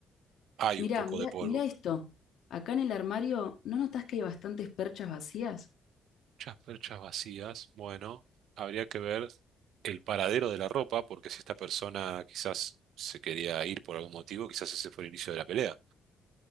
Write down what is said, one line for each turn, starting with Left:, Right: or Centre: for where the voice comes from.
Right: Hay un
Left: Mirá,
Right: poco
Left: mirá,
Right: de polvo.
Left: mirá esto. Acá en el armario, ¿no notas que hay bastantes perchas vacías?
Right: Muchas perchas vacías. Bueno, habría que ver el paradero de la ropa, porque si esta persona quizás se quería ir por algún motivo, quizás ese fue el inicio de la pelea,